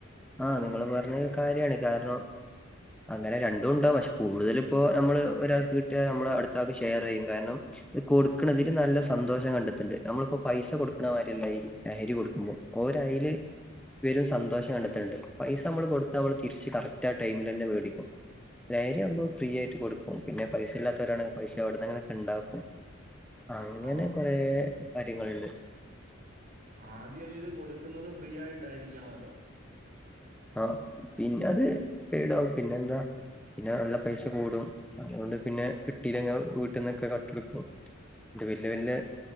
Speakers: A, in the centre; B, on the right (about 40°).
A: ആഹ്
B: അപ്പൊ
A: നിങ്ങള് പറഞ്ഞത്
B: കൂ
A: കാര്യാണ് കാരണം അങ്ങനെ രണ്ടും ഉണ്ടാവും പക്ഷെ കൂടുതല് ഇപ്പോ നമ്മള് ഒരാൾക്ക് കിട്ടിയാൽ നമ്മള് അടുത്ത ആൾക്ക് ഷെയർ ചെയ്യും കാരണം കൊടുക്കണതിൽ നല്ല സന്തോഷം കണ്ടെത്തുന്നുണ്ട് നമ്മളിപ്പോ പൈസ കൊടുക്കണമാതിരിയല്ല ഈ ലഹരി കൊടുക്കുമ്പോൾ ഓ ന്റയില് വരും സന്തോഷം കണ്ടെത്തണണ്ട് പൈസ നമ്മള് കൊടുത്താ നമ്മള് തിരിച്ച് കറക്റ്റ് ആഹ് ടൈമില് തന്നെ മേടിക്കും ലഹരി ആവുമ്പൊ ഫ്രീ ആയിട്ട് കൊടുക്കും പിന്നെ പൈസ ഇല്ലാത്തവരാണങ്കി പൈസ എവിടെന്നെങ്കിലുമൊക്കെ ഇണ്ടാക്കും അത്കൊണ്ടു
B: ആ
A: തന്നെ കൊറെ കാര്യങ്ങളുണ്ട്
B: ആദ്യം ഇത് കൊടുക്കുന്നത് ഫ്രീ ആയിട്ടായിരിക്കണമല്ലോ
A: ആഹ് പിന്നത് പെയിടാവും പിന്നെന്താ പിന്നെ നല്ല പൈസ കൂടും അതുകൊണ്ട് പിന്നെ കിട്ടില്ലെങ്കി വീട്ടിൽന്നൊക്കെ കട്ടെടുക്കും ഇത് വല്യ വല്യ